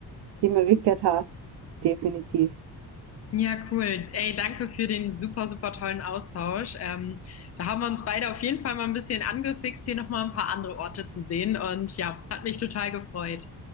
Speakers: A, on the right; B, on the left.
A: die Möglichkeit hast, definitiv.
B: Ja, cool. Ey, danke für den super, super tollen Austausch. Ähm, da haben wir uns beide auf jeden Fall mal ein bisschen angefixt, hier nochmal ein paar andere Orte zu sehen. Und ja, hat mich total gefreut.